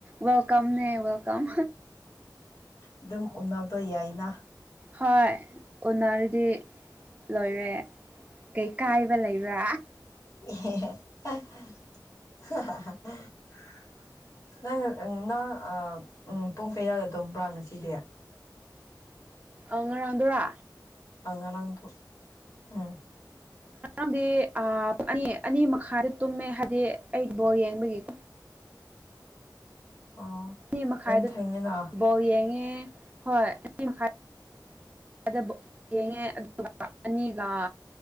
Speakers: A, on the right; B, on the left.
A: ꯋꯦꯜꯀꯝꯅꯦ ꯋꯦꯜꯀꯝ
B: ꯑꯗꯨꯝ ꯎꯅꯕꯗꯣ ꯌꯥꯏꯅ
A: ꯍꯣꯏ ꯎꯟꯅꯔꯗꯤ ꯂꯣꯏꯔꯦ ꯀꯩ ꯀꯥꯏꯕ ꯂꯩꯕ
B: <unintelligible> ꯅꯪ ꯅꯪ ꯄꯨꯡ ꯀꯌꯥꯗ ꯑꯗꯨꯝꯕ꯭ꯔꯥ ꯉꯁꯤꯗꯤ
A: ꯑ ꯉꯔꯥꯡꯗꯨꯔꯥ
B: ꯑꯉꯥꯡ ꯎꯝ
A: ꯉꯥꯡꯗꯤ ꯑꯅꯤ ꯑꯅꯤ ꯃꯈꯥꯗꯤ ꯇꯨꯝꯃꯦ ꯍꯥꯏꯗꯤ ꯑꯩꯠ ꯕꯣꯜ ꯌꯦꯡꯕꯒꯤꯀꯣ
B: ꯑꯣ
A: ꯑꯅꯤ ꯃꯈꯥꯏꯗ
B: ꯌꯥꯝ ꯊꯦꯡꯉꯤꯅ
A: ꯕꯣꯜ ꯌꯦꯡꯉꯦ ꯍꯣꯏ ꯑꯅꯤ ꯃꯈꯥꯏ ꯑꯗꯨꯕꯨ ꯌꯦꯡꯉꯦ ꯑꯗꯨꯒ ꯑꯅꯤꯒ